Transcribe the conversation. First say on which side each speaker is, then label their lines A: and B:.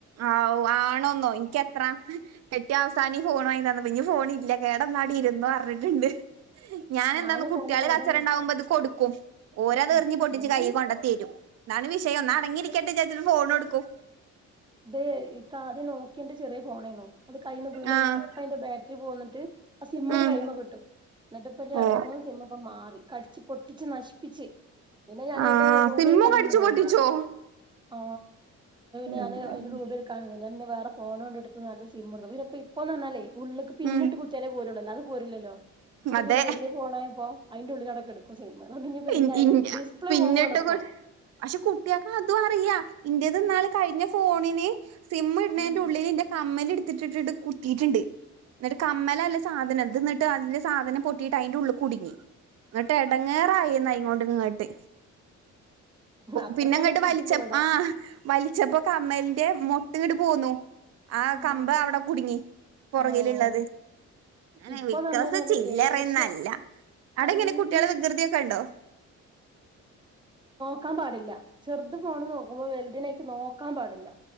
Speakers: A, on the right; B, on the right.
A: ആ ആണോന്നോ എനിക്കെത്ര കെറ്റിയ അവസാന ഫോൺ വാങ്ങി തന്ന ഇനി ഫോൺ ഇല്ല കേടാ നാടി ഇരുരുന്നു പറഞ്ഞിട്ടുണ്ട് ഞാൻ
B: ഞാന്
A: എന്താന്ന് കുട്ടികൾ
B: ഫോണ് കേടന്നിട്ട്
A: കച്ചറംണ്ടാവുമ്പോ ഇത് കൊടുക്കും ഓരത്
B: ഉം
A: എറിഞ്ഞ് പൊട്ടിച്ച്
B: അതന്നെ
A: കൈയിൽ കൊണ്ട തരും. എന്നന്താണ് വിഷയം ഒ അടങ്ങിയിരിക്കട്ടെ വി ചേത്തിന് ഫോൺ കൊടുക്കൂ
B: ഇതെ ഇ ആദ്യം നോക്കിന്റെ ചെറിയ പോണേന്നോ അത് കയ്യിൽന്ന് വീണ്
A: ആഹ്
B: കഴിഞ്ഞാ അപ്പ അന്റെ ബാറ്ററിൽ പോകന്നിട്ട് ആ സിമ്മിന്റെ
A: ഉം
B: കൈമ കിട്ടും എന്നിട്ട് ഇപ്പൊ രണ്ട
A: ഓഹ്
B: മൂന്ന് സിമ ഇപ്പ മാറി കടിച്ച് പൊട്ടിച്ച് നശിപ്പിച്ച് പിന്നെ ഞാൻ
A: ആഹ്
B: അയിന്റെ ഡൂബി
A: സിമ്മും
B: എടുക്കാനൊന്നും
A: കടിച്ചു
B: പോവില്ല
A: പൊട്ടിച്ചോ
B: ആ ഞാന്
A: ഉം
B: അതിന്റെ രൂപ എടുക്കണുന്നില്ല പിന്ന വേറെ ഫോൺ കൊണ്ടടു നല്ല സിം എടുത്തുന്നപ്പ ഇപ്പൊന്നല്ലേ ഉള്ളേക്ക് പിന്നിട്ട്
A: ഉം
B: കുത്തിയാലേ പോരുള്ളല്ലോ അത് പോലല്ലല്ലോ അപ്പൊ
A: അതെ
B: പിന്നെ വല്യ പോണായപ്പോ അതിന്റെ ഉള്ളിൽ കടക്ക എടുക്കും സിം അതൊണ്ട് ഇ ഇപ്പോ എന്താലും
A: ഇൻ ഇൻ
B: ഡിസ്പ്ലേ
A: പിന്നിട്ട്
B: പോകണപ്പോ
A: കൊ പക്ഷെ കുട്ടിയക്കെ അതും അറിയാ ഇന്റെതിനാള് കഴിഞ്ഞ ഫോണിന് സിം ഇടുന്നതിന്റെ
B: ഉം
A: ഉള്ളിൽ എന്റെ കമ്മൽ എടുത്തിട്ട കുട്ടീട്ടുണ്ട് എന്നട്ട് മ്മലല്ല സാധനംതിന്നിട്ടു
B: ആഹ്
A: അതിന്റെ സാധനം പൊട്ടിട്ട് അതിന്റെ ഉള്ള കുടുങ്ങി എന്നിട്ട്ടങ്ങേറ ഇങ്ങോട്ടും ഇങ്ങട്ട്
B: അത്രക്കണ്ട്
A: പിന്നെ അങ്ങോട്ട്
B: എത്തിയിട്ടില്ല
A: വലിച്ച
B: ഇവിടെ
A: ആ വലിച്ചപ്പോ കമലിന്റെ അട്ടങ്ങട്ട് പോന്നുന്നു ആ
B: ഉം
A: കമ്പ് അവിടെ കുടുങ്ങി. പുറകിലുള്ളത്
B: ആഹ്
A: അനെ
B: ഇപ്പൊന്ന്
A: വിക്സ
B: പറഞ്ഞ് കഴിഞ്ഞാല്
A: ചില്ലറുന്നല്ല.
B: ദേഷ്യം
A: അട
B: തല്ല്
A: ഇങ്ങനെ കുട്ടികള വികൃതിയക്കെ ഉണ്ടോ?
B: ക്കാൻ പാടില്ല ചെറുത് ഫോണ് നോക്കുമ്പോ വലുതിനേ നോ ക്കാൻ പാടില്ല